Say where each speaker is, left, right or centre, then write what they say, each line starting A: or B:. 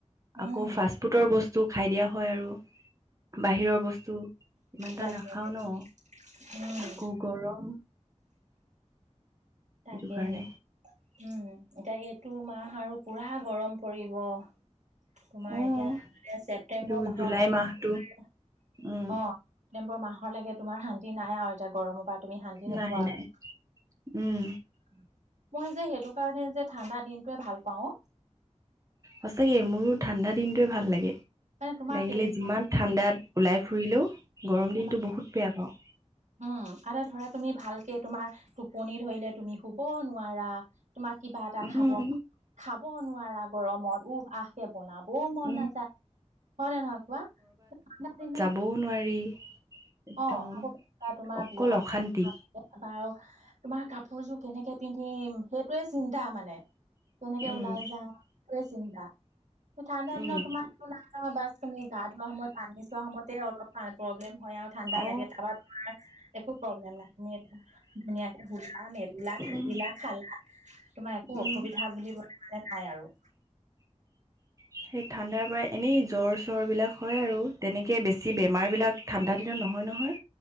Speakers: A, on the right; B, on the right.
A: উম
B: আকৌ ফাষ্টফুডৰ বস্তু খাই দিয়া হয় আৰু বাহিৰৰ বস্তু ইমান এটা
A: বাহিৰতে
B: নাখাও ন
A: উম
B: আকৌ গৰম
A: তাকেহে
B: সেইটো কাৰণে
A: উম এতিয়া এইটো মাহ আৰু পুৰা গৰম পৰিব। তোমাৰ
B: অ',
A: এতিয়ানে ছেপটেম্বৰ
B: এইটো
A: মাহলৈকে
B: জুলাই মাহটো উম,
A: অ ছেপটেম্বৰ মাহৰ লাগে তোমাৰ শান্তি নাই আৰু এতিয়া গৰম পা তুমি শান্তি নোপোৱা
B: নাই নাই
A: আৰু
B: উম,
A: মই যে সেইটো কাৰণে যে ঠাণ্ডা দিনটোয়ে ভাল পাও।
B: সঁচাকে মোৰো ঠাণ্ডা দিনটোয়ে ভাল লাগে
A: মানে তোমাৰ
B: লাগিলে
A: কেনেকুৱা
B: যিমান ঠাণ্ডাত ওলাই ফ ফুৰিলেও গৰম
A: অ
B: দিনটো বহুত বেয়া পাওঁ।
A: উম আৰু ধৰা তুমি ভালকে তোমাৰ টোপনি ধৰিলে তুমি শুব নোৱাৰা। তোমাক কিবা এটা
B: উম,
A: খাব খাব নোৱাৰা গৰমত উহ আহ কে। বনাব মন
B: উম,
A: নাযায় হয় নে নহয় কোৱা ঠাণ্ডা দিন
B: ক'ব নোৱাৰি একদম
A: অ আকৌ কেতিয়া তোমাৰ
B: অকল
A: বিয়া এখনাবা
B: অশান্তি
A: তোমাৰ কাপোৰযোৰ কেনেকে পিন্ধিম সেইটোয়ে চিন্তা মানে তেনেকে
B: উম
A: ওলাই যা সোৱে চিন্তা ঠাণ্ডা
B: উম
A: দিনত তোমাৰটো নাই নহয় তুমি গা ধোৱা সময়ত পানী চোৱা সময়তে অলপ প্ৰব্লেম হয় আৰু ঠাণ্ডা
B: অ
A: লাগে তাৰপা তোমাৰ একো প্ৰব্লেম নাই তুমি এ ধুনীয়াকে বলা মেলিলা
B: উম
A: থাকিলা খালা তোমাৰ একো
B: উম
A: অসুবিধা বুলিবলৈ মানে নাই আৰু
B: সেই ঠাণ্ডাৰ পৰা এনেই জ্বৰ চৰ বিলাক হয় আৰু তেনেকে বেছি বেমাৰ বিলাক ঠাণ্ডা দিনত নহয় নহয়